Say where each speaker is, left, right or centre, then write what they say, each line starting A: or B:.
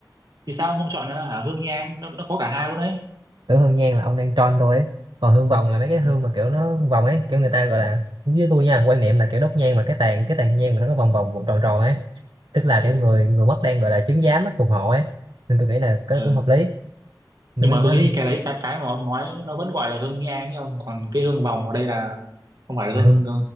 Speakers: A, on the right; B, on the right.
A: thì sao ông không chọn ờ, hả hương nhang nó, nó có cả hai luôn đấy
B: tưởng hương nhang là ông đang tròn tôi ấy còn hương vòng là mấy cái hương
A: ừ,
B: mà kiểu nó vòng ấy kiểu người ta gọi là dưới tôi nha quan niệm là kiểu đốt nhang mà cái tàn cái tàn nhang mà nó có vòng vòng vòng tròn tròn ấy tức là
A: ừ.
B: cái người người mất đang gọi là chứng giám á phù hộ ấy nên tôi nghĩ là cái
A: ừ.
B: đó cũng hợp lý nên
A: nhưng
B: mới
A: mà
B: nói
A: tôi nghĩ
B: là,
A: cái đấy cái cái mà ông nói nó vẫn gọi là hương nhang chứ ông còn cái hương vòng ở đây là không phải là
B: là
A: hương
B: hương